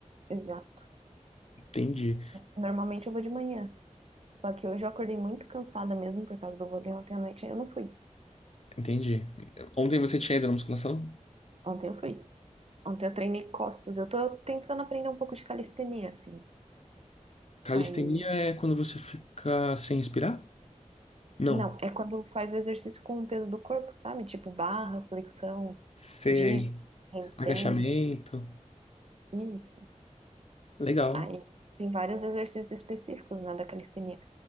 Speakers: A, on the right; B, on the left.
A: Exato.
B: Entendi.
A: Normalmente eu vou de manhã. Só que hoje eu acordei muito cansada mesmo por causa do vôlei. Ontem à noite eu não fui.
B: Entendi. Ontem você tinha ido na musculação?
A: Ontem eu fui. Ontem eu treinei costas. Eu tô tentando aprender um pouco de calistenia, assim.
B: Calistenia
A: Aí
B: é quando você fica sem respirar? Não.
A: Não, é quando faz o exercício com o peso do corpo, sabe? Tipo barra, flexão,
B: Sei.
A: dips, handstand,
B: Agachamento.
A: isso.
B: Legal.
A: Aí tem vários exercícios específicos, né, da calistenia.